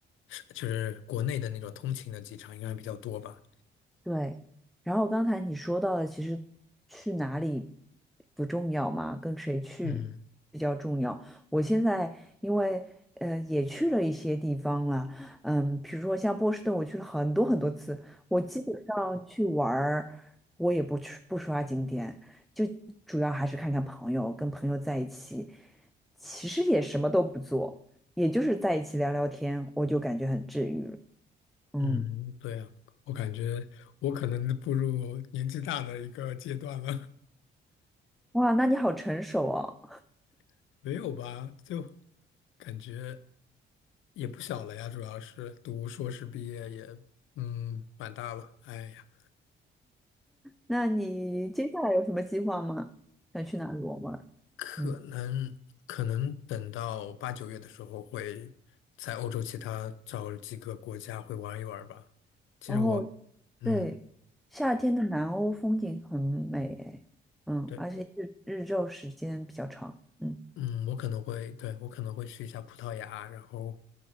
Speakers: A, on the left; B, in the centre.
A: 就是国内的那种通勤的机场应该比较多吧。
B: 对，然后刚才你说到的，其实去哪里不重要嘛，跟谁去比较重要。
A: 嗯
B: 我现在因为呃也去了一些地方了，嗯，比如说像波士顿，我去了很多很多次。我基本上去玩儿，我也不去不刷景点，就主要还是看看朋友，跟朋友在一起，其实也什么都不做，也就是在一起聊聊天，我就感觉很治愈了。嗯，
A: 嗯，对啊，我感觉我可能步入年纪大的一个阶段了，
B: 哇，那你好成熟哦。
A: <laughs> 没有吧？就感觉也不小了呀，主要是读硕士毕业也嗯蛮大了，哎呀。
B: 那你接下来有什么计划吗？想去哪里玩玩？
A: 可能可能等到八九月的时候会在欧洲其他找几个国家会玩一玩吧。
B: 嗯，
A: 其实我，
B: 哦，
A: 嗯，
B: 对，夏天的南欧风景很美诶嗯，
A: 对，
B: 而且日日照时间比较长，
A: 我，
B: 嗯，
A: 嗯，我可能会，对，我可能会去一下葡萄牙，然后